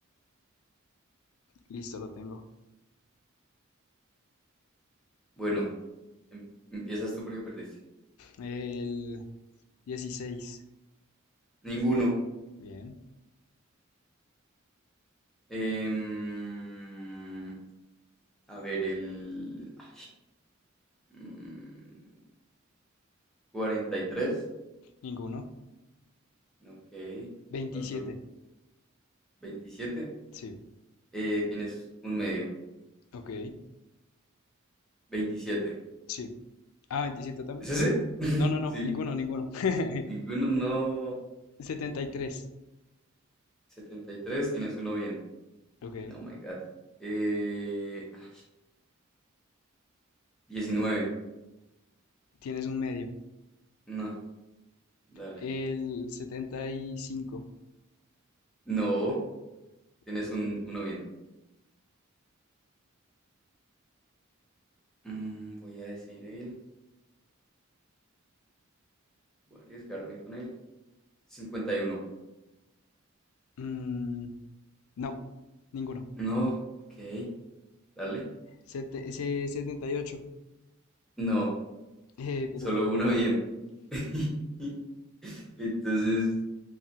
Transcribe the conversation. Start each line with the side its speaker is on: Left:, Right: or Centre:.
Left: Listo, lo tengo.
Centre: Bueno, em- empiezas tú porque perdiste.
Left: El dieciséis
Centre: Ninguno.
Left: Bien.
Centre: Em, a ver, el... ay, mm, 43.
Left: Ninguno.
Centre: Ok.
Left: veintisiete
Centre: Vas tú. 27.
Left: Sí.
Centre: Eh, tienes un medio.
Left: Ok.
Centre: veintisiete,
Left: Sí. Ah, veintisiete también.
Centre: ¿Es ese? <laughs>
Left: No, no, no.
Centre: Sí.
Left: Ninguno, ninguno. <laughs>
Centre: Ninguno, no.
Left: setenta y tres
Centre: setenta y tres, Tienes uno bien.
Left: Ok.
Centre: No, my God. Eh, ay, 19.
Left: Tienes un medio.
Centre: No, dale.
Left: El 75.
Centre: No, tienes
Left: Ok.
Centre: un uno bien. Mm, voy a decir él. Voy a arriesgarme con él. cincuenta y uno,
Left: Mm, no. Ninguno.
Centre: No, ok. Dale.
Left: Sete- ese 78.
Centre: No,
Left: Eh, pero.
Centre: solo uno bien. <laughs> Entonces,